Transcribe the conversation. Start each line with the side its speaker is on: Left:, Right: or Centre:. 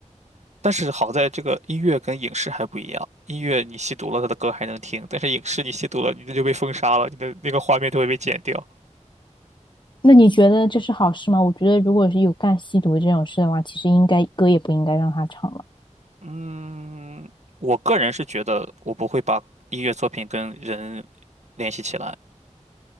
Right: 但是好在这个音乐跟影视还不一样，音乐你吸毒了，他的歌还能听，但是影视你吸毒了，你的就被封杀了，你的那个画面都会被剪掉。
Left: 那你觉得这是好事吗？我觉得如果是有干吸毒这种事的话，其实应该歌也不应该让他唱了。
Right: 嗯，我个人是觉得我不会把音乐作品跟人联系起来，